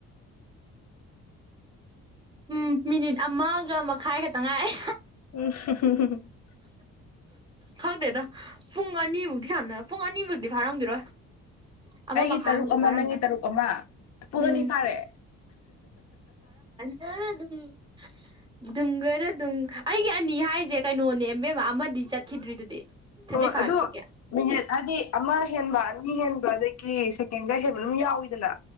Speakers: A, on the right; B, on the left.
A: ꯎꯝ ꯃꯤꯅꯤꯠ ꯑꯃꯒ ꯃꯈꯥꯏ ꯈꯛꯇ ꯉꯥꯏꯑꯦ
B: <unintelligible>
A: ꯈꯪꯗꯦꯗ ꯄꯨꯡ ꯑꯅꯤꯃꯨꯛꯇꯤ ꯁꯥꯟꯅ ꯄꯨꯡ ꯑꯅꯤꯃꯨꯛꯇꯤ ꯐꯥꯔꯝꯈꯤꯔꯣꯏ ꯑꯃ
B: ꯑꯩꯒꯤ
A: ꯃꯈꯥꯏꯃꯨꯛꯇꯤ
B: ꯇꯔꯨꯛ ꯑꯃ
A: ꯐꯥꯔꯝꯃꯅꯤ
B: ꯅꯪꯒꯤ ꯇꯔꯨꯛ ꯑꯃ ꯄꯨꯡ
A: ꯎꯝ
B: ꯑꯅꯤ ꯐꯥꯔꯦ
A: ꯌꯥꯔ ꯑꯗꯨ ꯗꯨꯝꯒꯔ ꯗꯨꯝ ꯑꯩꯒꯤ ꯑꯅꯤ ꯍꯥꯏꯁꯦ ꯀꯩꯅꯣꯅꯦ ꯏꯕꯝꯃꯥ ꯑꯃꯗꯤ ꯆꯠꯈꯤꯗ꯭ꯔꯤꯗꯨꯗꯤ ꯊꯥꯔꯇꯤ
B: ꯍꯣꯏ
A: ꯐꯥꯏꯚ
B: ꯑꯗꯣ
A: ꯁꯦꯀꯦꯟ
B: ꯃꯤꯅꯤꯠ ꯍꯥꯏꯗꯤ ꯑꯃ ꯍꯦꯟꯕ ꯑꯅꯤ ꯍꯦꯟꯕ ꯑꯗꯥꯒꯤ ꯁꯦꯀꯦꯟꯒ ꯍꯦꯟꯕ ꯑꯗꯨꯝ ꯌꯥꯎꯏꯤꯗꯅ